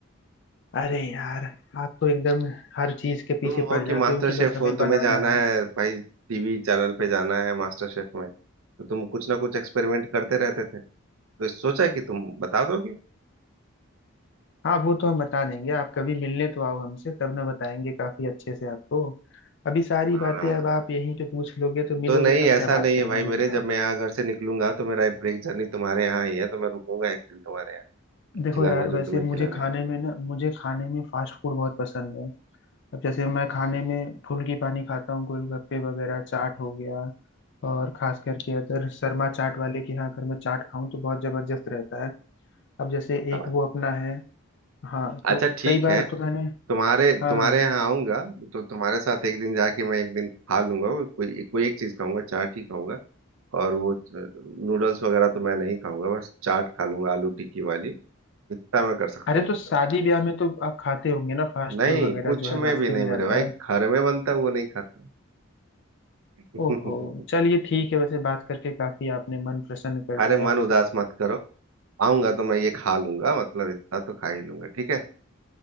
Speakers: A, on the left; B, on the right.
A: अरे यार आप तो एकदम हर चीज के
B: तुम
A: पीछे
B: हो
A: पड़
B: कि
A: जाते
B: मास्टर
A: हो कि
B: शेफ
A: बस हमें
B: हो
A: बनाना
B: तुम्हें जाना
A: है
B: है भाई टीवी चैनल पे जाना है मास्टर शेफ में तो तुम कुछ ना कुछ एक्सपेरिमेंट करते रहते थे तो सोचा कि तुम बता दोगे
A: हाँ वो तो हम बता देंगे आप कभी मिलने तो आओ हमसे तब ना बताएंगे काफी अच्छे से आपको अभी सारी
B: हाँ
A: बातें अब आप यहीं पे पूछ लोगे तो मिलोगे
B: तो नहीं
A: तब
B: ऐसा
A: क्या
B: नहीं
A: बात करेंगे
B: है भाई मेरे
A: बताओ
B: जब मैं यहाँ घर से निकलूंगा तो मेरा ब्रेक जर्नी तुम्हारे यहाँ ही है तो मैं रुकूंगा एक दिन तुम्हारे यहाँ
A: देखो
B: खिलाना
A: यार वैसे
B: जो तुम्हें
A: मुझे
B: खिलाना
A: खाने
B: है
A: में ना मुझे खाने में फास्ट फूड बहुत पसंद है अब जैसे मैं खाने में फुल्की पानी खाता हूँ गोलगप्पे वगैरह चाट हो गया और खास करके अगर शर्मा चाट वाले के यहाँ अगर मैं चाट खाऊं तो बहुत जबरदस्त रहता है अब जैसे
B: सामान
A: एक वो अपना है हाँ तो
B: अच्छा ठीक
A: कई बार
B: है
A: तो मैंने
B: तुम्हारे
A: हाँ
B: तुम्हारे
A: हाँ
B: यहाँ आऊंगा तो तुम्हारे साथ एक दिन जाके मैं एक दिन खा लूंगा वो कोई कोई एक चीज खाऊंगा चाट ही खाऊंगा और वो नूडल्स वगैरह तो मैं नहीं खाऊंगा बस चाट खा लूंगा आलू टिक्की वाली इतना मैं कर सकता
A: अरे
B: हूँ
A: तो शादी ब्याह में तो आप खाते होंगे ना फास्ट
B: नहीं
A: फूड वगैरह
B: कुछ
A: जो
B: में
A: है नाश्ते
B: भी नहीं
A: में रहता
B: मेरे भाई
A: है
B: घर में बनता है वो नहीं खाता <laughs>
A: ओहो चलिए ठीक है वैसे बात करके काफी आपने मन प्रसन्न कर
B: अरे
A: दिया
B: मन उदास मत करो आऊंगा तो मैं ये खा लूंगा मतलब इतना तो खा ही लूंगा ठीक है